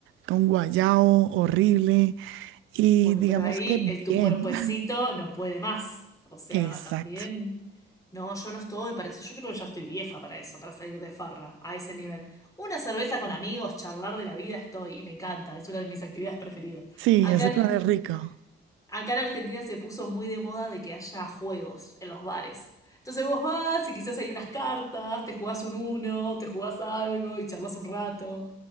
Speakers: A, on the right; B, on the left.
A: con guayao, horrible. Y
B: Bueno,
A: digamos
B: pero ahí
A: que bien.
B: el tu cuerpecito
A: <laughs>
B: no puede más. O sea,
A: Exacto.
B: también. No, yo no estoy para eso. Yo creo que ya estoy vieja para eso, para salir de farra a ese nivel. Una cerveza con amigos, charlar de la vida estoy y me encanta. Es una de mis actividades preferidas.
A: Sí,
B: Acá
A: ese
B: en,
A: plan es rico.
B: acá en Argentina se puso muy de moda de que haya juegos en los bares. Entonces vos vas y quizás hay unas cartas, te jugás un uno, te jugás algo y charlas un rato.